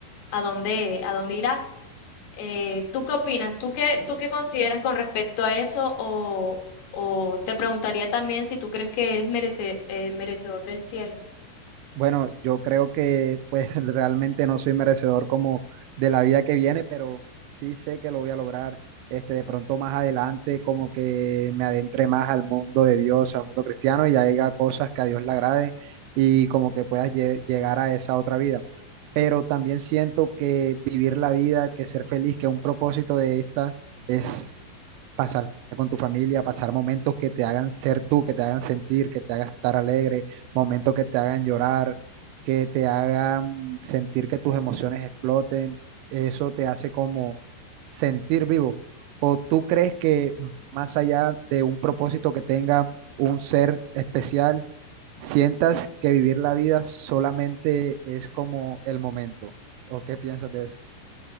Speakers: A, on the left (about 60°); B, on the right (about 90°).
A: a dónde, a dónde irás. Eh, ¿tú qué opinas? ¿Tú qué, tú qué consideras con respecto a eso? O, o te preguntaría también si tú crees que eres merece- eh, merecedor del cielo.
B: Bueno, yo creo que pues <laughs> realmente no soy merecedor como de la vida que viene, pero sí sé que lo voy a lograr. Este, de pronto más adelante, como que me adentre más al mundo de Dios, al mundo cristiano, y haga cosas que a Dios le agrade y como que puedas lle- llegar a esa otra vida. Pero también siento que vivir la vida, que ser feliz, que un propósito de esta es pasar con tu familia, pasar momentos que te hagan ser tú, que te hagan sentir, que te hagan estar alegre momentos que te hagan llorar, que te hagan sentir que tus emociones exploten, eso te hace como sentir vivo. ¿O tú crees que más allá de un propósito que tenga un ser especial, sientas que vivir la vida solamente es como el momento? ¿O qué piensas de eso?